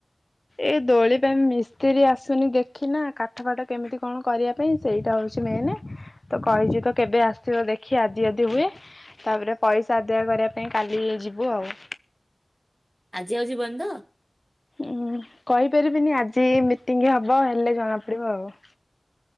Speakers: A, on the left; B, on the right.
A: ଏଇ ଦୋଳି ପାଇଁ ମିସ୍ତ୍ରୀ ଆସୁନି ଦେଖି ନା କାଠ ଫାଠ କେମିତି କଣ କରିବା ପାଇଁ ସେଇଟା ହଉଛି ମେନ ତ କହିଚ ତ କେବେ ଆସିବ ଦେଖି ଆଦି ଆଦି ହୁଏ ତାପରେ ପଇସା ଆଦାୟ କରିବା ପାଇଁ କାଲି ଯିବୁ ଆଉ।
B: ଆଜି ଆଉ ଯିବନି ତ?
A: ହୁଁ କହିପାରିବିନି ଆଜି ମିଟିଂ ହବ ହେଲେ ଜଣା ପଡିବ ଆଉ।